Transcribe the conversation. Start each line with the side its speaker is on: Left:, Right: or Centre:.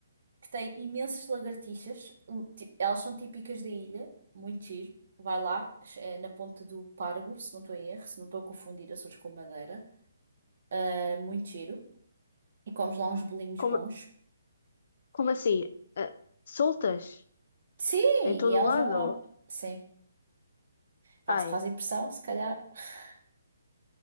Right: que tem imensas lagartixas. hum, ti- Elas são típicas da ilha, muito giro. Vai lá, é na ponta do Pargo, se não estou em erro, se não estou a confundir Açores com Madeira. Eh, muito giro. E comes lá uns bolinhos
Left: Como,
Right: bons.
Left: como assim? Ah, soltas?
Right: Sim,
Left: Em todo
Right: e elas
Left: o lado?
Right: vão lá. Sim, pá,
Left: Ai,
Right: se te faz impressão, se calhar. <laughs>